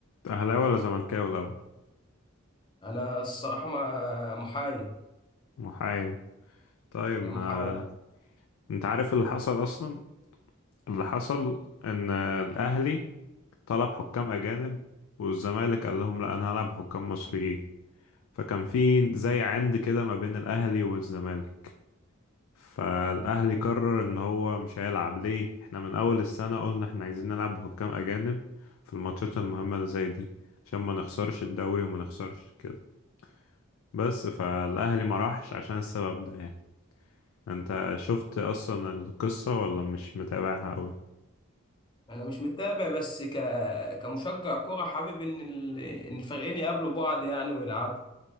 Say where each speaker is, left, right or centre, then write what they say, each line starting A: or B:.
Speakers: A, on the left; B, on the left.
A: اهلاوي ولا زملكاوي الاول
B: انا الصراحه ما محايد
A: محايد طيب
B: انا
A: ما
B: محايد
A: انت عارف اللي حصل اصلا اللي حصل ان الاهلي طلب حكام اجانب والزمالك قال لهم لا انا هلعب حكام مصريين فكان في زي عند كده ما بين الاهلي والزمالك فالاهلي قرر ان هو مش هيلعب ليه احنا من اول السنة قلنا احنا عايزين نلعب بحكام اجانب في الماتشات المهمة اللي زي دي عشان ما نخسرش الدوري وما نخسرش كده بس فالاهلي ما راحش عشان السبب ده يعني انت شفت اصلا القصة ولا مش متابعها قوي
B: انا مش متابع بس ك... كمشجع كره حابب ان ال... ان الفريقين يقابلوا بعض يعني ويلعبوا